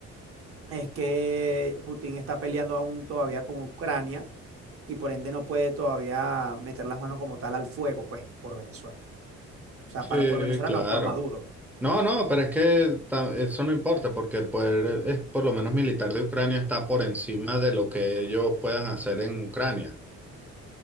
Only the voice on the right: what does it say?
es que Putin está peleando aún todavía con Ucrania y por ende no puede todavía meter las manos como tal al fuego, pues, por Venezuela. O sea,
para, por Venezuela
no, por Maduro.